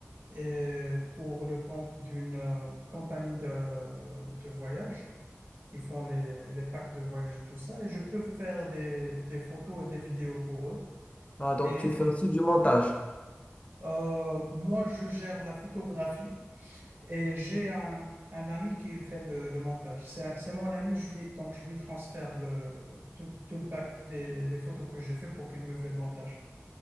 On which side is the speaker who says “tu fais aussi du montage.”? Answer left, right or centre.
Left